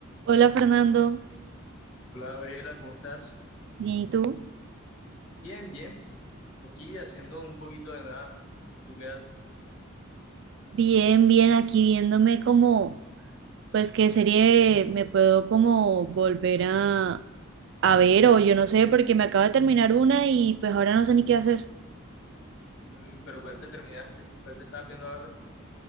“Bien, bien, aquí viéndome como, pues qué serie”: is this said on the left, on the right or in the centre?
Right